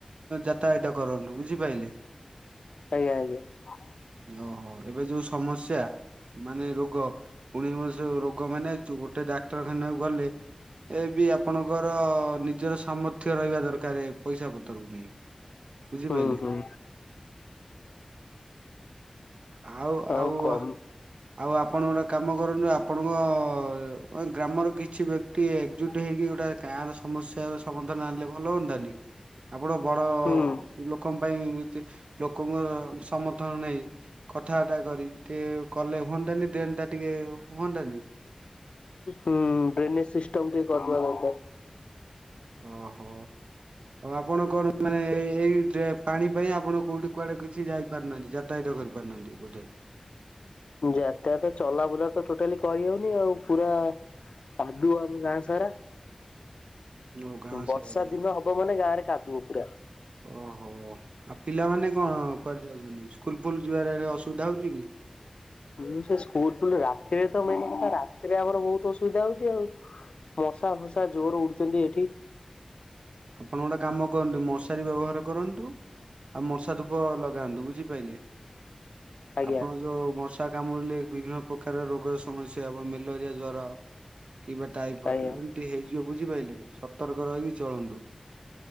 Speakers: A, on the right (about 75°); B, on the left (about 65°).
A: ଯାତାୟତ କରନ୍ତୁ ବୁଝିପାଇଲେ।
B: ଆଜ୍ଞା-ଆଜ୍ଞା। ହଣ
A: ଓହୋ ଏବେ ଯୋଉ ସମସ୍ୟା ମାନେ ରୋଗ ପୁଣି <unintelligible> ରୋଗ ମାନେ ଗୋଟେ ଡାକ୍ତରଖାନାକୁ ଗଲେ ଏ ବି ଆପଣଙ୍କର ନିଜର ସାମର୍ଥ୍ୟ ରହିବା ଦରକାରେ ପଇସା ପତ୍ରକୁ ନେଇକି। ବୁଝିପାଇଲେ।
B: ହୁଁ ହୁଁ
A: ଆଉ-ଆଉ
B: ଆଉ କମ୍
A: ଆଉ ଆପଣ ଗୋଟେ କାମ କରନ୍ତୁ ଆପଣଙ୍କ ଗ୍ରାମର କିଛି ବ୍ୟ କ୍ତି ଏକଜୁଟ୍ ହେଇକି ଗୋଟେଏ କାଁର ସମସ୍ୟାର ସମାଧାନ ଆଣିଲେ ଭଲ ହୁଅନ୍ତାନି। ଆପଣ ବଡ଼
B: ହୁଁ
A: ଲୋକଙ୍କ ପାଇଁ <unintelligible> ଲୋକଙ୍କର ସମର୍ଥନ ନାହିଁ। କଥାଟା କରି ଟିକେ କଲେ ହୁଅନ୍ତାନି ଦେନ୍ ଟା ଟିକେ ହୁଅନ୍ତାନି।
B: ହୁଁ ଡ୍ରେନେଜ୍ ସିଷ୍ଟମ୍ ଟିକେ କରିଦବା ଦରକାର୍।
A: ଓହୋ ଆଉ ଆପଣ କଣ ମାନେ ଏ ଏଇ ପାଣି ପାଇଁ ଆପଣ କୋଉଠି କୁଆଡ଼େ କିଛି ଯାଇପାରୁନାହାନ୍ତି ଯାତାୟାତ କରିପାରୁନାହାନ୍ତି ବୋଧେ?
B: ଯାତାୟାତ ଚଲାବୁଲା ତ ଟୋଟାଲି କରିହଉନି ଆଉ ପୁରା କାଦୁଅ ଆମ ଗାଁ ସାରା।
A: ଓ ଗାଁ
B: ବର୍ଷା
A: ସାରା
B: ଦିନ ହବ ମାନେ ଗାଁ ରେ କାଦୁଅ ପୁରା।
A: ଓହୋ ଆଉ ପିଲାମାନେ କଣ କୁଆଡେ ଯାଉଚନ୍ତି, ସ୍କୁଲ୍ ଫୁଲ୍ ଯିବାରେ ଅସୁବିଧା ହଉଚି କି?
B: <unintelligible> ସେ ସ୍କୁଲ୍ ଫୁଲ୍ ରାତିରେ ତ ମେନ୍ କଥା ରାତିରେ ଆମର ବହୁତ୍ ଅସୁବିଧା ହଉଚି ଆଉ। ମଶା ଫସା ଜୋର ଉଡୁଛନ୍ତି ଏଠି।
A: ଆପଣ ଗୋଟେ କାମ କରନ୍ତୁ ମଶାରୀ ବ୍ୟବହାର କରନ୍ତୁ। ଆଉ ମଶା ଧୂପ ଲଗାନ୍ତୁ ବୁଝିପାଇଲେ
B: ଆଜ୍ଞା
A: ଆପଣ ଯୋଉ ମଶ ଷା କାମୁଡ଼ିଲେ ବିଭିନ୍ନ ପ୍ରକାର ରୋଗର ସମସ୍ୟା ହେବ ମେଲରିଆ ଜ୍ୱର କିବା। ଟାଇଫର୍
B: ଆଜ୍ଞା
A: ଏମିତି ହେଇଯିବ ବୁଝିପାଇଲେ ସତର୍କ ରହିକି ଚଳନ୍ତୁ।